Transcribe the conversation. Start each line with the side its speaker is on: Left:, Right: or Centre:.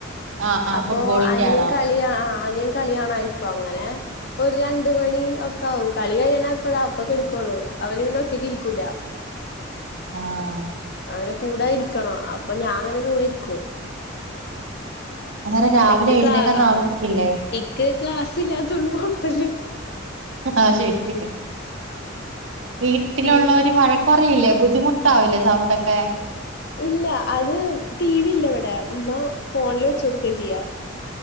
Right: ആഹ് ആഹ്
Left: അപ്പൊ
Right: ഫുട്ബോളിന്റെ
Left: അനിയൻ
Right: ആണോ
Left: കളിയാ ആ അനികളിയാണാരിക്കും അങ്ങനെ ഒരു രണ്ട് മണി ഒക്കാ ആവും കളി കഴിയണ എപ്പഴാ അപ്പൊക്കെടുക്കോളൂ അവന് പിന്ന ഒറ്റക്ക് ഇരിക്കൂല.
Right: ആഹ
Left: അങ്ങനെ കൂടെ ഇരിക്കണോ അപ്പൊ ഞാന് കൂടെ ഇരിക്കും.
Right: അന്നേരം രാവിലെ
Left: നക്ക് ക്ലാ
Right: എഴുന്നേക്കാൻ
Left: ആ
Right: താമസിക്കില്ലേ
Left: എക്ക് ക്ലാസ് ഇല്ലാത്തോണ്ട് കൊഴപ്പല്ല.
Right: ആഹ ശരി വീട്ടിലുള്ളോര്
Left: അങ്ങനെ
Right: വഴ കുറെ ഇല്ലേ ബുദ്ധിമുട്ടാവില്ലേ സൗണ്ട് ഒക്കെ.
Left: ഇല്ല അത് ടി വി ഇല്ല ഇവിടെ ഇമ്മ ഫോണില് വെചെട്ക്ക ചെയ്യാ.